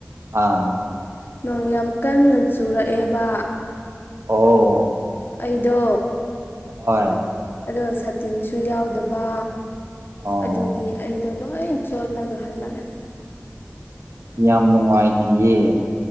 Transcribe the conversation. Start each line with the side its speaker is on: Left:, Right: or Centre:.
Right: ꯑꯥ
Left: ꯅꯣꯡ ꯌꯥꯝ ꯀꯟꯅ ꯆꯨꯔꯛꯑꯦꯕ
Right: ꯑꯣ
Left: ꯑꯩꯗꯣ
Right: ꯍꯣꯏ
Left: ꯑꯗꯣ ꯁꯇꯤꯟꯁꯨ ꯌꯥꯎꯗꯕ
Right: ꯑꯣ
Left: ꯑꯗꯨꯒꯤ ꯑꯩ ꯂꯣꯏ ꯆꯣꯠꯂꯒ ꯍꯜꯂꯒꯦ
Right: ꯌꯥꯝ ꯅꯨꯡꯉꯥꯏꯇꯤ ꯌꯦ